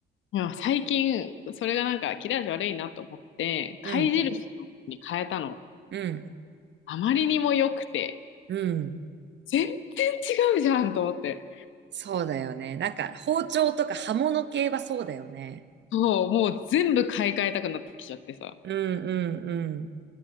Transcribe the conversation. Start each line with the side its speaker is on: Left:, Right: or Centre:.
Left: でも最近それがなんか切れ味悪いなと思って貝印のに変えたの。
Right: うん。うん。
Left: あまりにも良くて
Right: うん。
Left: 全然違うじゃんと思って。
Right: そうだよね。なんか、包丁とか刃物系はそうだよね。
Left: そう、もう全部買い替えたくなってきちゃってさ。
Right: うんうんうん。